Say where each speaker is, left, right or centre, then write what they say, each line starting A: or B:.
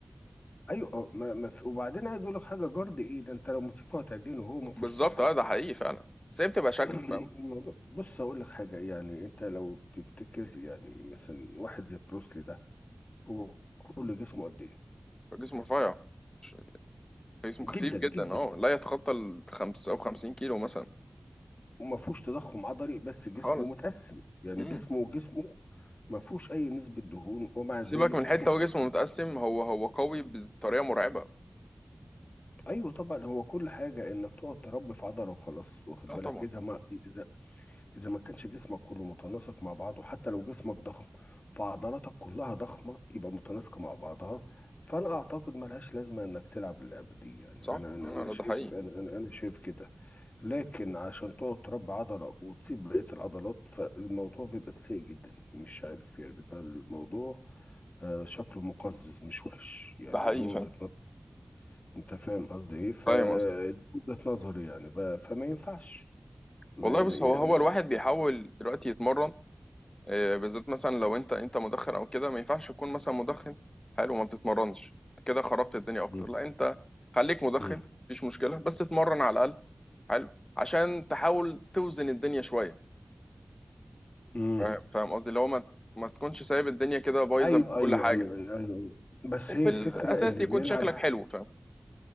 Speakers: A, on the left; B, on the left.
A: ايوه ما ما في وبعدين عايز اقول لك حاجه جارد ايه ده انت لو مسكته هتعجنه هو ما فيهوش
B: بالظبط
A: صحه
B: اه
A: اساسا.
B: ده حقيقي فعلا بس هي بتبقى شكل
A: <clears throat>
B: فاهم
A: الموضوع بص هقول لك حاجة يعني انت لو تفتكر يعني مثلا واحد زي بروسلي ده هو كل جسمه قد ايه
B: جسم رفيع مش- جسم
A: جدا
B: خفيف
A: جدا
B: جدا اه لا يتخطى ال 55 كيلو مثلا
A: وما فيهوش تضخم عضلي بس جسمه
B: خالص
A: متقسم يعني
B: امم
A: جسمه جسمه ما فيهوش اي نسبة دهون ومع
B: سيبك
A: ذلك
B: من حيث
A: خف
B: لو جسمه متقسم هو هو قوي بطريقة مرعبة
A: ايوه طبعا هو كل حاجة انك تقعد تربي في عضلة وخلاص واخد
B: لا
A: بالك
B: طبعا
A: اذا ما اذا اذا ما كانش جسمك كله متناسق مع بعضه حتى لو جسمك ضخم فعضلاتك كلها ضخمه يبقى متناسقه مع بعضها فانا اعتقد ملهاش لازمه انك تلعب اللعبه دي يعني
B: صح
A: انا انا
B: انا
A: انا
B: لا
A: شايف
B: ده حقيقي
A: انا انا انا شايف كده لكن عشان تقعد تربي عضله وتسيب بقيه العضلات فالموضوع بيبقى سيء جدا مش عارف يعني بيبقى الموضوع آه، شكله مقزز مش وحش يعني
B: ده حقيقي
A: دي وجهة
B: فعلا
A: نظر انت فاهم قصدي ايه فدي
B: فاهم
A: وجهة نظري يعني بقى فما ينفعش ما
B: والله بص
A: ما- يعني
B: هو هو الواحد بيحاول دلوقتي يتمرن آه، بالذات مثلا لو انت انت مدخن او كده ما ينفعش تكون مثلا مدخن حلو وما بتتمرنش انت كده خربت الدنيا اكتر
A: <laughs>
B: لا انت خليك مدخن
A: مم.
B: مفيش مشكله بس اتمرن على الاقل حلو عشان تحاول توزن الدنيا شويه
A: مم.
B: فاهم فاهم قصدي اللي هو ما ما تكونش سايب الدنيا كده بايظه
A: ايوه
B: من
A: ايوه
B: كل حاجه
A: ايوه ايوه ايوه بس
B: وفي
A: هي
B: الاساس
A: الفكره اللي
B: يكون
A: بيلعب
B: شكلك حلو فاهم